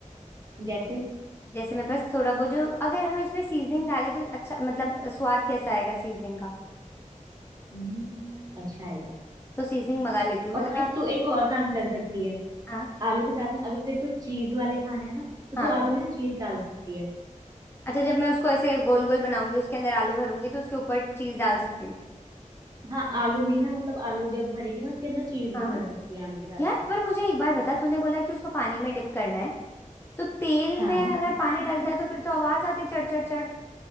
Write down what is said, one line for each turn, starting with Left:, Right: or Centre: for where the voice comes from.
Right: जैसे
Left: जैसे मेरे पास थोड़ा वो जो अगर हम इसमें सीजनिंग डालें तो अच्छा मतलब स्वाद कैसा आएगा सीजनिंग का
Right: हम्म, अच्छा आएगा
Left: तो सीजनिंग मंगा लेती हूँ
Right: और
Left: मतलब मैं
Right: हाँ तू एक और काम कर सकती है
Left: हाँ
Right: आलू के साथ में अगर तेरे को चीज वाले खाने हैं ना तो
Left: हाँ
Right: तू आलू में ना चीज डाल सकती है
Left: अच्छा जब मैं उसको ऐसे गोल गोल बनाऊंगी उसके अंदर आलू भरूंगी तो उसके ऊपर चीज डाल सकती हूँ
Right: हाँ आलू में ही ना मतलब आलू जब भरेगी ना उसके अंदर चीज
Left: हाँ
Right: भी भर सकती है आलू के साथ
Left: यार
Right: साथ
Left: पर मुझे एक बात बता तूने बोला कि उसको पानी में डिप करना है तो तेल
Right: हाँ
Left: में अगर पानी
Right: <laughs>
Left: डलता है तो फिर तो आवाज आती है चढ़ चढ़ चढ़